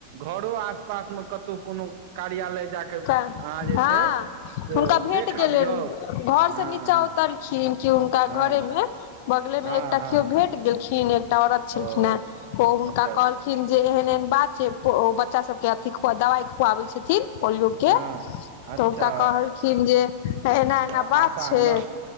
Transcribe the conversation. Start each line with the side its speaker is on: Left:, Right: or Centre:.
Right: घरो आस- पास मे कतहु कोनो कार्यालय जाके अहाँ
Left: का
Right: जे
Left: हँ,
Right: छै से
Left: हुनका भेट
Right: देख
Left: गेलनि,
Right: आबियौ
Left: घर
Right: हँ
Left: से नीचा
Right: हँ
Left: उतर खिन, कि हुनका घऽरे
Right: हँ
Left: में। बगले मे
Right: हँ
Left: एकटा
Right: हँ
Left: केओ भेट
Right: हँ
Left: गेलखिन, एकटा औरत छलखिन
Right: ओ
Left: हें, ओ हुनका
Right: अच्छा अच्छा
Left: कहलखिन जे एहेन-एहेन बात छै, बच्चा सबके अथि खु दवाइ खुआबै छथिन। पोलियो के,
Right: हँ अच्छा
Left: तऽ हुनका कहलखिन जे, एना-एना
Right: अच्छा
Left: बात
Right: आशा
Left: छै।
Right: नर्स